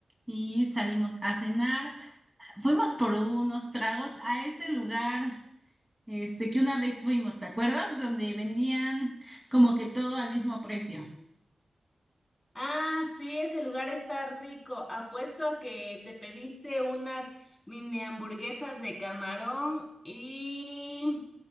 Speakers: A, in the centre; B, on the left (about 25°).
A: y salimos a cenar. Fuimos por unos tragos a ese lugar, este, que una vez fuimos, ¿te acuerdas? Donde vendían como que todo al mismo precio.
B: Ah, sí, ese lugar está rico. Apuesto a que te pediste unas mini hamburguesas de camarón y